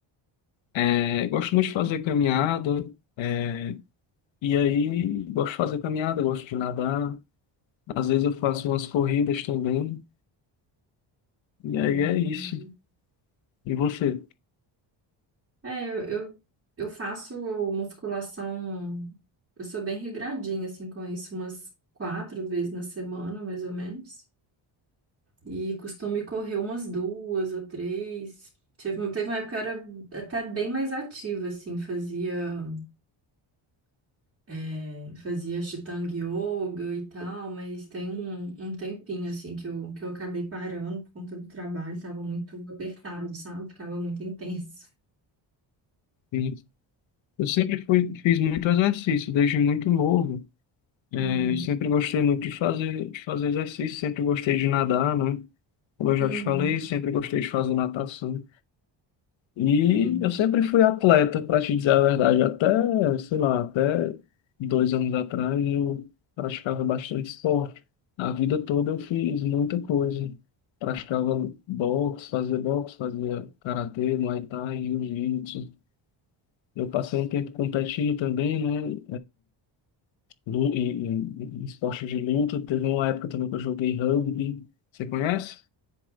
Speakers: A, on the left; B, on the right.
A: É, gosto muito de fazer caminhada, é, e aí gosto de fazer caminhada, gosto de nadar. Às vezes eu faço umas corridas também, e
B: Hum,
A: aí é isso. E você?
B: é, eu, eu, eu faço musculação. Eu sou bem regradinha, assim, com isso, umas quatro vezes na semana, mais ou menos. E costumo ir correr umas duas ou três. Teve, um, teve uma época que eu era até bem mais ativa, assim, fazia, é, fazia Ashtanga Yoga e tal, mas tem um, um tempinho, assim, que eu, que eu acabei parando por conta do trabalho, estava muito apertado, sabe? Ficava muito intenso.
A: Sim. Eu sempre fui, fiz muito exercício, desde muito novo. É,
B: Uhum,
A: eu sempre gostei muito de fazer, de fazer exercício, sempre gostei de nadar, né? Como eu já
B: uhum,
A: te falei, sempre gostei de fazer natação. E
B: sim.
A: eu sempre fui atleta, para te dizer a verdade, até, sei lá, até dois anos atrás eu praticava bastante esporte. A vida toda eu fiz muita coisa. Praticava boxe, fazia boxe, fazia karatê, muay thai, jiu-jitsu. Eu passei um tempo competindo também, né? Lu- Em em- em esporte de luta. Teve uma época também que eu joguei rugby. Você conhece?